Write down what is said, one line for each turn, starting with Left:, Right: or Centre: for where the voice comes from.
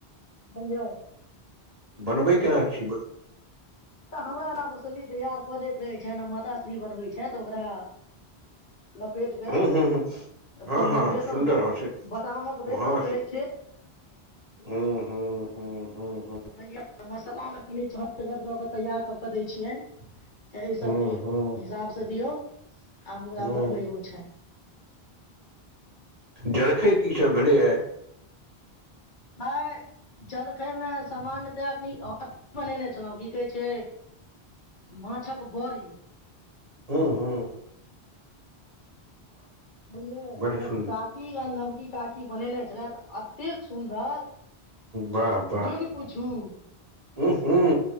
Left: बिा। <unintelligible>
Right: बनबै केना छी? ब
Left: त हमरा ना मुसल्ली तैयार क' देत। रहै छ ने माताश्री बनबै छैथ, ओकरा लपेट कऽ
Right: हुं हुं हुं,
Left: अथी
Right: हां
Left: मे
Right: हां
Left: बेसन
Right: सुन्दर
Left: मे
Right: होइ छै,
Left: बादामक बेसन
Right: हां
Left: रहै
Right: से
Left: छै
Right: हुं हुं हुं हुं।
Left: बुझलियै, मसल्लामे कनि चहटगर द' क' तैयार क' के दै छियनि। त इ
Right: हूं
Left: सबके
Right: हूं
Left: हिसाबसे दियौ। ह आ मुदा
Right: हूं
Left: बनबै ओ छथि।
Right: जलखै की सब भेलैये।
Left: आइ जलखैमे सामान्यतया कनी अथि बनेने छलहुं, की कहै छै माछक बड़ी।
Right: हुं हुं।
Left: बुझलियै,
Right: बड़
Left: हमर
Right: सुन्दर
Left: काकी आ नव की काकी बनेने छलथि, अतेक सुन्दर
Right: वाह
Left: से
Right: वाह,
Left: जुनि पूछू
Right: हुं हुं,